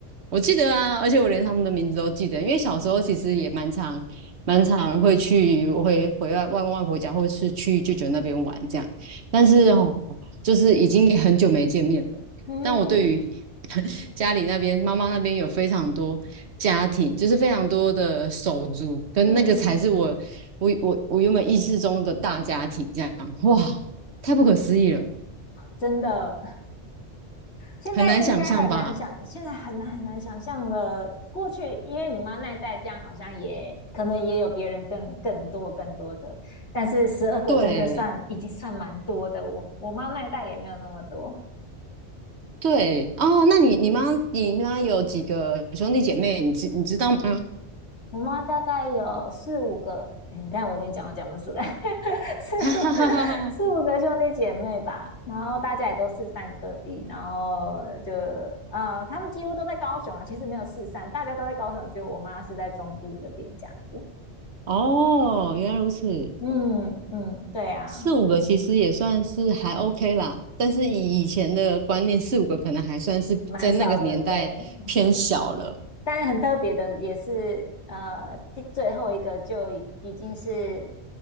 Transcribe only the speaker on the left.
嗯
嗯。
真的，现在应该很难想，
现在很难很难想象了。过去因为你妈那一代这样，好像也可能也有别人更更多更多的，但是十二个真的算已经算蛮多的。
我我妈那一代也没有那么多。
我妈大概有四五个，哎你看我连讲都讲不出来，<laughs>
四五
四五个兄弟姐妹吧，然后大家也都四散各地，然后就呃，他们几乎都在高雄啊，其实没有四散，大家都在高雄，只有我妈是在中部这边这样子。
嗯嗯，对啊，
蛮少的，对。但很特别的也是，呃，第最后一个就已已经是，